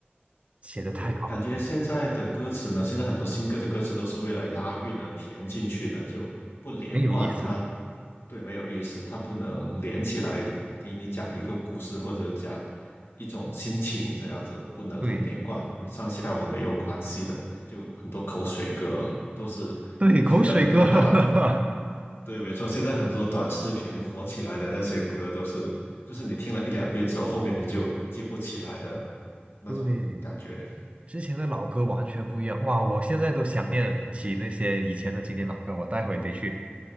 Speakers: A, on the right (about 30°); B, on the left (about 80°).
A: 写的太好了，
B: 对，感觉现在的歌词呢，
A: 你
B: 现在很多新歌的歌词都是为了押韵而填进去的，就不连贯，
A: 没有意思。
B: 它对没有意思，它不能连起来给你讲一个故事或者讲一种心情这样子，不能很连贯，
A: 对
B: 上下文没有关系的，就很多口水歌都是现在很多短，
A: 对，口水歌，<laughs>
B: 对，没错，现在很多短视频火起来的那些歌都是，就是你听了一两遍之后，后面你就记不起来的那种感觉。
A: 对，之前的老歌完全不一样。哇，我现在都想念起那些以前的经典老歌，我待会得去